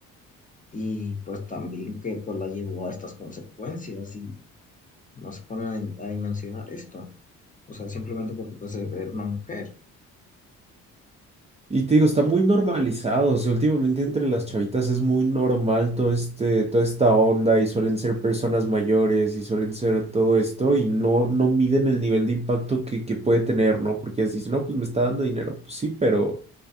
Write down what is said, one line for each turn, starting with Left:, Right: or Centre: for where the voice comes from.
Left: y pues también que pues la llevó a estas consecuencias y no se ponen a, a dimensionar esto. O sea, simplemente porque pues era una mujer.
Right: Y te digo, está muy normalizado. O sea, últimamente entre las chavitas es muy normal todo este, toda esta onda y suelen ser personas mayores y suelen ser todo esto y no, no miden el nivel de impacto que, que puede tener, ¿no? Porque ellas dicen, no, pues me está dando dinero. Pues sí, pero